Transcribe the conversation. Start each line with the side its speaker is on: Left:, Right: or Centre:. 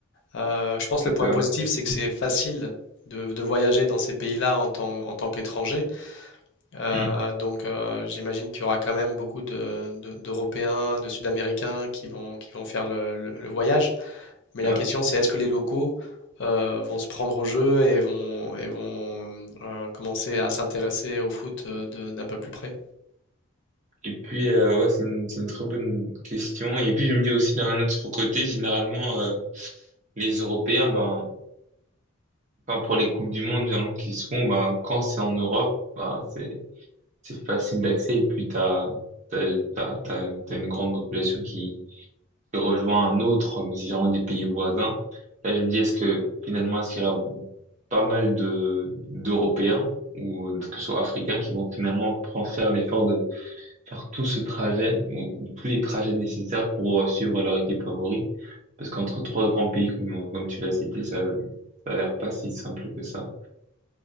Left: Euh, je pense que
Right: ça
Left: le
Right: fait,
Left: point positif,
Right: ouais.
Left: c'est que c'est facile de, de voyager dans ces pays-là en tant, en tant qu'étranger. Euh,
Right: Mm,
Left: donc, euh, j'imagine qu'il y aura quand même beaucoup de- de- d'Européens, de Sud-Américains qui vont, qui vont faire le, le- le voyage. Mais la
Right: ouais.
Left: question, c'est est-ce que les locaux euh, vont se prendre au jeu et vont, et vont euh, commencer à s'intéresser au foot euh, de- d'un peu plus près?
Right: Et puis, euh, ouais, c'est une, c'est une très bonne question. Et puis, je me dis aussi, d'un autre côté, généralement, euh, les Européens, ben, enfin, pour les Coupes du Monde, généralement, qui se font, ben, quand c'est en Europe, ben, c'est, c'est facile d'accès. Et puis, t'as, t'as, t'as, t'as, t'as une grande population qui, qui rejoint un autre, mais c'est généralement des pays voisins. Là, je me dis, est-ce que, finalement, est-ce qu'il y aura pas mal de, d'Européens, ou que ce soit Africains, qui vont finalement prendre faire l'effort de faire tout ce trajet, ou- ou tous les trajets nécessaires pour euh, suivre leur équipe favori. Parce qu'entre trois grands pays, comme, euh, comme tu l'as cité, ça, ça a l'air pas si simple que ça.